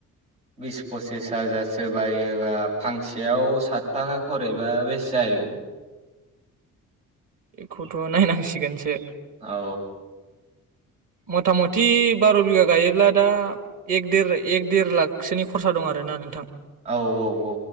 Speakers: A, on the right; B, on the right.
A: बिस पसिस हाजार सोरबायोबा फांसेयाव सात थाखा खरैबा बेसे जाहैगोन
B: बेखौथ' नायनांसिगोनसो
A: औ
B: मथा मथि बार' बिगा गायोब्ला दा एक देर एक देर लाखसोनि खरसा दं आरोना नोंथां।
A: औ औ औ